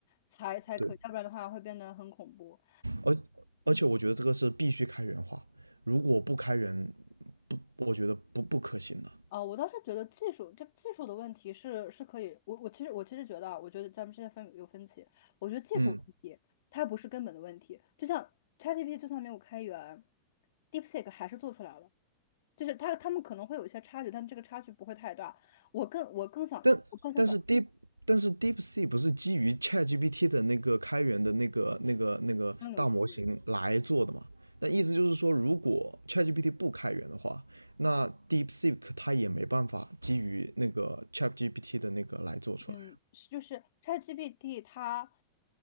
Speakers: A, on the left; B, on the right.
A: 才才可以，
B: 对，
A: 要不然的话会变得很恐怖。
B: 而而且我觉得这个是必须开源化，如果不开源，不，我觉得不不可行的。
A: 啊、我倒是觉得技术这个技术的问题是是可以，我我其实我其实觉得啊，我觉得咱们之间分有分歧，我觉得技术问题它不是根本的问题，
B: 嗯，
A: 就像 ChatGPT 就算没有开源，DeepSeek 还是做出来了。就是他他们可能会有一些差距，但这个差距不会太大。我更我更想我更想表达
B: 但但是 Deep 但是 d e e p s e e k 不是基于 ChatGPT 的那个开源的那个那个那个大模型来做的嘛？
A: 真流数据。
B: 那意思就是说，如果 ChatGPT 不开源的话，那 DeepSeek 它也没办法基于那个 ChatGPT 的那个来做出来
A: 嗯，是就是 ChatGPT 它